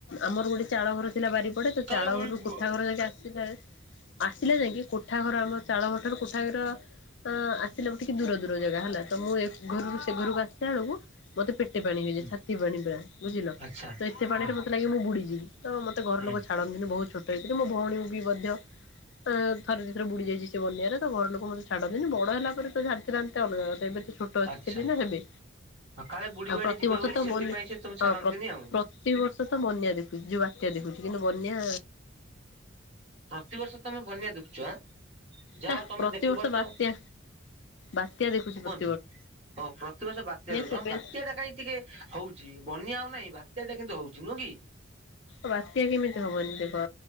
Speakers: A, on the left; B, on the right.
A: ଆମର ଗୋଟେ ଚାଳ ଘର ଥିଲା ବାରିପଟେ ତ
B: କାଳେ
A: ଚାଳ
B: ବୁଢୀ
A: ଘରରୁ
B: ହୁଁ
A: କୋଠାଘର ଯାକେ ଆସିଲେ ଆସିଲେ ଯାଇକି କୋଠାଘର ଆମ ଚାଳଘର ଠାରୁ କୋଠାଘର ଅ ଆସିଲେ ଉଠିକି ଦୂର ଦୂର ଜାଗା ହେଲା ତ ମୁଁ ଏ ଘରରୁ ସେ ଘରକୁ ଆସିଲା ବେଳକୁ ମତେ ପେଟେ ପାଣି ହେଇଯାଏ
B: ହୁଁ
A: ଛାତିଏ ପାଣି ପୁରା ବୁଝିଲ
B: ଆଚ୍ଛା
A: ତ ଏତେ ପାଣିରେ
B: ହଁ
A: ମତେ ଲାଗେ ମୁଁ ବୁଡିଯିବି। ତ ମତେ ଘର
B: ହୁଁ
A: ଲଲୋକ ଛାଡ଼ନ୍ତିନି ବହୁତ ଛୋଟ ହେଇଥିଲି ମୋ ଭଉଣୀ ବି ମଧ୍ୟ ଥରେ ଦିଥର ବୁଡି ଯାଇଛି ସେ ବନ୍ୟାରେ ତ ଘର ଲୋକ ମତେ ଛାଡନ୍ତିନି ବଡ ହେଲା ପରେ ତ ଛାଡ଼ିଥାନ୍ତେ ଅଲଗା କଥା ଏବେ ଛୋଟ ଅଛି
B: ଆଚ୍ଛା।
A: ହେବି ନା ହେବେ।
B: ହଁ କାଳେ ବୁଢୀ
A: ଆଉ
B: ବାଡି
A: ପ୍ରତିବର୍ଷ
B: ଯିବେ
A: ତ
B: ସେଥିପାଇଁ
A: ବୋଲି
B: ସେ ତମକୁ ଛାଡନ୍ତିନି
A: ହଁ ପ୍ର
B: ଆଉ
A: ପ୍ରତିିବର୍ଷ ତ ତ ବନ୍ୟା ଦେଖୁଛି ଯଉ ବାତ୍ୟା ଦେଖୁଛି କିନ୍ତୁ ବନ୍ୟା
B: ପ୍ରତିବର୍ଷ ତମେ ବନ୍ୟା ଦେଖୁଛ ଆଁ ଯାହଉ
A: ନା
B: ତମେ
A: ପ୍ରତିବର୍ଷ
B: ଦେଖିପାରୁଚ।
A: ବାତ୍ୟା ବାତ୍ୟା ଦେଖୁଛି ତ।
B: ହଁ ପ୍ରତିବର୍ଷ ବାତ୍ୟା ଦୋଷ
A: ସେବେ
B: ହଁ ବାତ୍ୟା ଟା କାଇହିଁ ଟିକେ ହଉଛି ବନ୍ୟା ଆଉ ନାହିଁ ବାତ୍ୟା ଟା କିନ୍ତୁ ହଉଛି ନୁହଁ କି?
A: ବାତ୍ୟା କେମିତି ହବନି ଦେଖ